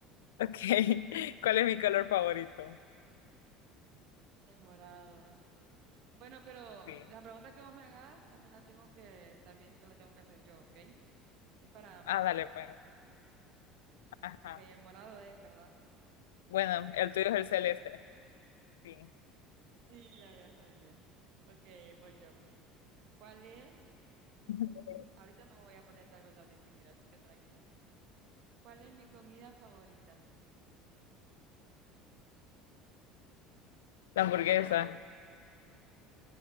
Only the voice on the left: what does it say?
Ok, <laughs> ¿cuál es mi color favorito?
Sí.
Ah, dale, pues. Ajá.
Bueno, el tuyo es el celeste. Sí.
<laughs>
La hamburguesa.